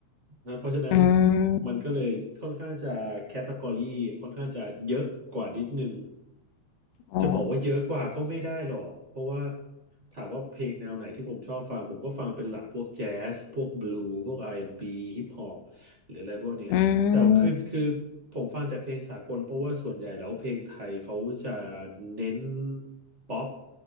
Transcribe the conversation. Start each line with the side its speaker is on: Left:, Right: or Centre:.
Right: นะเพราะฉะนั้น
Left: อืม
Right: มันก็เลยค่อนข้างจะแคตตากรีค่อนข้างจะเยอะกว่านิดนึง
Left: อ๋อ
Right: จะบอกว่าเยอะกว่าก็ไม่ได้หรอก เพราะว่าถามว่าเพลงแนวไหนที่ผมชอบฟังผมก็ฟังเป็นหลักพวกแจ๊สพวกบลูพวกอาร์แอนด์บีฮิปฮอป หรืออะไรพวกเนี้ยแต่คือคือผมฟังแต่เพลงสากลเพราะว่าส่วนใหญ่แล้วเพลงไทยเขาจะ
Left: อืม
Right: เน้นป๊อป